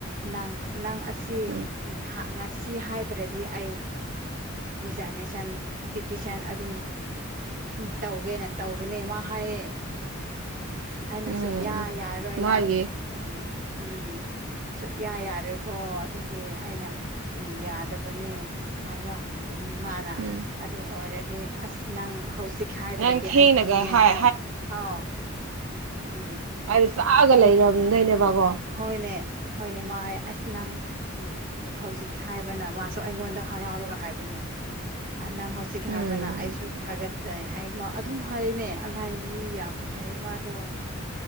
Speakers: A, on the right; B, on the right.
A: ꯅꯪ ꯅꯪ ꯑꯁꯤꯛꯉꯁꯤ
B: ꯎꯝ
A: ꯍꯥꯏ ꯅꯠꯇ꯭ꯔꯗꯤ ꯑꯩ ꯔꯤꯖꯥꯏꯅꯦꯁꯟ ꯄꯤꯇꯤꯁꯟ ꯑꯗꯨꯝ ꯎꯝ ꯇꯧꯒꯦꯅꯦ ꯇꯧꯕꯅꯦ ꯃꯥ ꯍꯥꯏꯌꯦ ꯑꯩꯅ
B: ꯎꯝ
A: ꯁꯨꯛꯌꯥ ꯌꯥꯔꯣꯏꯅ
B: ꯃꯥꯒꯤ
A: ꯎꯝ ꯎꯝ ꯁꯨꯛꯌꯥ ꯌꯥꯔꯣꯏꯀꯣ ꯑꯗꯨꯗꯤ ꯑꯩꯅ ꯎ ꯌꯥꯗꯕꯅꯦ ꯍꯥꯏꯕ ꯃꯥꯅ
B: ꯎꯝ
A: ꯑꯗꯨ ꯑꯣꯏꯔꯗꯤ ꯑꯁ ꯅꯪ ꯍꯧꯖꯤꯛꯀꯤ ꯍꯥꯏꯗ꯭ꯔꯗꯤ
B: ꯅꯪ ꯊꯦꯡꯅꯒ
A: ꯑꯩ ꯄꯤꯒꯦꯅ
B: ꯍꯥꯏ
A: ꯇꯧꯕꯅꯦ ꯑꯥꯎ ꯎꯝ
B: ꯍꯥꯏꯗ ꯆꯥꯛꯒ
A: ꯄꯤ
B: ꯂꯩꯔꯝꯗꯩꯅꯦꯕꯀꯣ
A: ꯍꯣꯏꯅꯦ ꯍꯣꯏꯅꯦ ꯃꯥ ꯑꯁ ꯅꯪ ꯎꯝ ꯍꯧꯖꯤꯛ ꯍꯥꯏꯕꯅ ꯃꯥꯁꯨ ꯑꯩꯉꯣꯟꯗ ꯍꯔꯥꯎꯔꯒ ꯍꯥꯏꯕꯅꯤ ꯅꯪ ꯍꯧꯖꯤꯛꯀꯤ
B: ꯎꯝ
A: ꯍꯥꯏꯕꯅ ꯑꯩꯁꯨ ꯊꯥꯒꯠꯆꯩ ꯍꯥꯏ ꯑꯗꯨꯝ ꯍꯥꯏꯔꯤꯅꯦ ꯑꯂꯥꯏꯌꯦ ꯃꯤ ꯌꯥꯝ ꯐꯩꯌꯦ ꯃꯥꯗꯣ